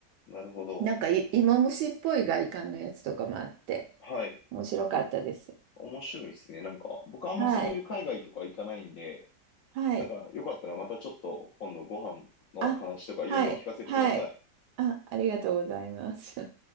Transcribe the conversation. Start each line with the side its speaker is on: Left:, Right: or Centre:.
Left: なるほど。
Right: なんかい芋虫っぽい外観のやつとかもあって、
Left: はい。
Right: 面白かったです。
Left: 面白いですね。なんか、僕あんまそういう海外とか行かないんで、
Right: はい。はい。
Left: なんかよかったらまたちょっと今度ご飯の話とかいろいろ聞かせてください。
Right: あ、はい。はい。あ、ありがとうございます。